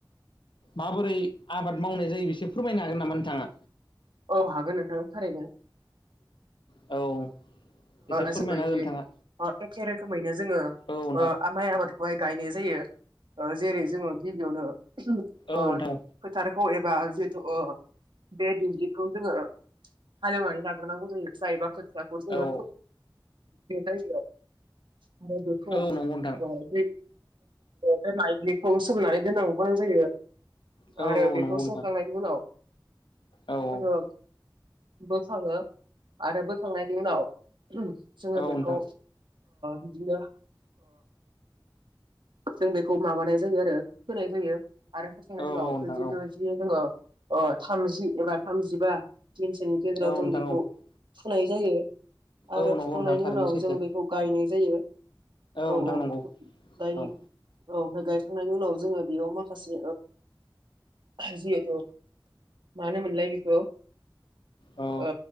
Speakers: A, on the left; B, on the right.
A: माबोरै आबाद मावनाय जायो बिसोर फोरमायनो हागोन नामा नोंथाङा
B: औ हागोन नोंथांनि थारैनो
A: औ फोरमायना
B: एसे बायदि
A: हो नोंथाङा
B: एखे रोखोमैनो जोङो
A: औ नोंथां
B: माइ आबादखौहाय गायनाय जायो जेरै जोङो गिबियावनो
A: औ नोंथां
B: फोथारखौ एबा अ बे दुब्लिखौ जोङो हालेवनानै ञञ जायो जायोब जा
A: द'ऐ
B: बे जायगायाव म बेेखौ
A: औ नंगौ नोंथां
B: बे बे माइबलिखौ सोमनानै दोननांगौ गोनां जायो
A: औ
B: आरो
A: औ नंगौ
B: बेखौ
A: नोंथां
B: संखांनायनि उनाव
A: औ औ
B: जोङो बोखाङो आरो बोखांनायनि उनाव जोङो
A: औ
B: बेखौ
A: नोंथां
B: बिदिनो जों बेखौ माबानाय जायो आरो होनाय जायो आरो फोसंनाय
A: औ
B: उनाव
A: नोंथां
B: जिहेतु
A: औ
B: जि जोङो थामजि एबा थामजिबा दिनसोनि गेजेराव
A: औ नोंथां
B: जों बेखौ
A: औ
B: फुनाय जायो आरो
A: औ नंगौ
B: फुखांनायनि
A: नोंथां थारैनो
B: उनाव
A: सैथो
B: जों बेखौ गायनाय जायो औ
A: नोंथां
B: औ
A: नंगौ
B: दाय
A: औ
B: औ गायखांनायनि उनाव जोङो बेयाव माखासे हजयो मानो मललााय बिखौ
A: औ
B: आ